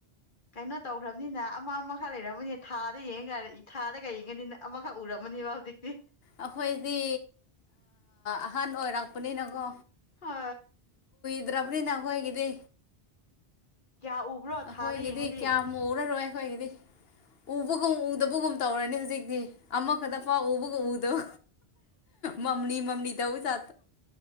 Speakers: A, on the left; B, on the left.
A: ꯀꯩꯅꯣ ꯇꯧꯈ꯭ꯔꯕꯅꯤꯅ ꯑꯃ ꯑꯃꯈꯛ ꯂꯩꯔꯝꯃꯅꯤꯅ ꯊꯥꯗ ꯌꯦꯡꯉ ꯊꯥꯗ ꯀꯩ ꯌꯦꯡꯉꯅꯤꯅ ꯑꯃꯈꯛ ꯎꯔꯝꯃꯅꯤꯕ ꯇꯦ
B: ꯑꯩꯈꯣꯏꯗꯤ ꯑꯍꯟ ꯑꯣꯏꯔꯛꯄꯅꯤꯅꯀꯣ
A: ꯍ
B: ꯀꯨꯗ꯭ꯔꯕꯅꯤ ꯅꯅꯥꯈ ꯑꯣꯏꯒꯗ
A: ꯀꯌꯥ ꯎꯕ꯭ꯔꯣ
B: ꯑꯩꯈꯣꯏꯒꯤꯗꯤ
A: ꯊꯥꯗ ꯌꯦꯡꯉꯗꯤ
B: ꯀꯌꯥꯝ ꯃꯛꯔꯔꯣꯏ ꯑꯩꯈꯣꯏꯒꯤꯗꯤ ꯎꯕꯒꯨꯝ ꯎꯗꯕꯒꯨꯝ ꯇꯧꯔꯅꯤ ꯍꯧꯖꯤꯛꯇꯤ ꯑꯃꯈꯛꯇ ꯄꯥꯎ ꯎꯕꯒꯨꯝ ꯎꯗꯧ ꯃꯝꯅꯤ ꯃꯝꯅꯤꯗꯧ ꯁꯥ